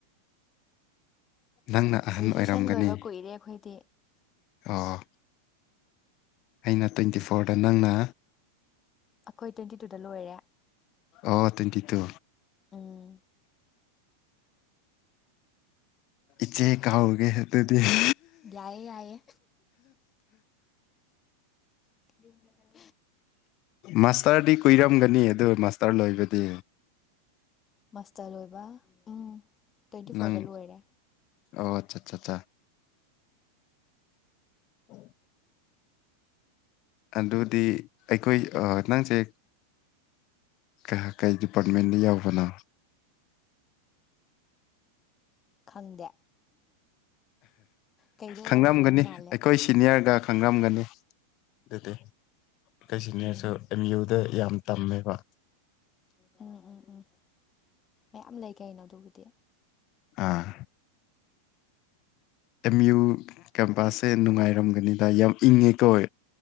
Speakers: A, on the left; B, on the left.
A: ꯅꯪꯅ ꯑꯍꯟ
B: ꯒ꯭ꯔꯦꯖꯨꯑꯦꯁꯟ
A: ꯑꯣꯏꯔꯝꯒꯅꯤ
B: ꯂꯣꯏꯕ ꯀꯨꯏꯔꯦ ꯑꯩꯈꯣꯏꯗꯤ
A: ꯑꯣ ꯑꯩꯅ ꯇ꯭ꯋꯦꯟꯇꯤ ꯐꯣꯔꯗ ꯅꯪꯅ
B: ꯑꯩꯈꯣꯏ ꯇ꯭ꯋꯦꯟꯇꯤ ꯇꯨꯗ ꯂꯣꯏꯔꯦ
A: ꯑꯣ ꯇ꯭ꯋꯦꯟꯇꯤ ꯇꯨ
B: ꯎꯝ
A: ꯏꯆꯦ ꯀꯥꯎꯒꯦ ꯑꯗꯨꯗꯤ ꯍ <inaudible>
B: ꯌꯥꯏꯌꯦ ꯌꯥꯏꯌꯦ ꯌ <unintelligible>
A: ꯃꯥꯁꯇꯔꯗꯤ ꯀꯨꯏꯔꯝꯒꯅꯤ ꯑꯗꯨ ꯃꯥꯁꯇꯔ ꯂꯣꯏꯕꯗꯤ
B: ꯃꯥꯁꯇꯔ ꯂꯣꯏꯕ ꯎꯝ ꯇ꯭ꯋꯦꯟꯇꯤ
A: ꯅꯪ
B: ꯐꯣꯔꯗ ꯂꯣꯏꯔꯦ
A: ꯑꯣ ꯑꯆꯥꯠ ꯆꯥ ꯎꯝ <inaudible> ꯑꯗꯨꯗꯤ ꯑꯩꯈꯣꯏ ꯅꯪꯁꯦ ꯀꯌꯥ ꯀꯩ ꯗꯤꯄꯥꯔꯠꯃꯦꯟꯗ ꯌꯥꯎꯕꯅꯣ
B: ꯈꯪꯗꯦ ꯀꯩꯗ ꯑꯣꯏꯔꯝꯗꯧ
A: ꯈꯪꯔꯝꯒꯅꯤ
B: ꯃꯥꯜꯂꯦ
A: ꯑꯩꯈꯣꯏ ꯁꯤꯅꯤꯌꯔꯒ ꯈꯪꯔꯝꯒꯅꯤ ꯑꯗꯨꯗꯤ ꯈꯣꯢ ꯁꯤꯅꯦꯔꯁꯨ
B: ꯎꯝ
A: ꯑꯦꯝ ꯌꯨꯗ ꯌꯥꯝ ꯇꯝꯃꯦꯕ <inaudible>
B: ꯎꯝ ꯎꯝ ꯎꯝ ꯃꯌꯥꯝ ꯂꯩ ꯀꯩꯅꯣ ꯑꯗꯨꯕꯨꯗꯤ
A: ꯑꯥ ꯑꯦꯝ ꯌꯨ ꯀꯦꯝꯄꯥꯁꯁꯦ ꯅꯨꯡꯉꯥꯏꯔꯝꯒꯅꯤꯗ ꯌꯥꯝ ꯏꯪꯉꯦ ꯀꯣ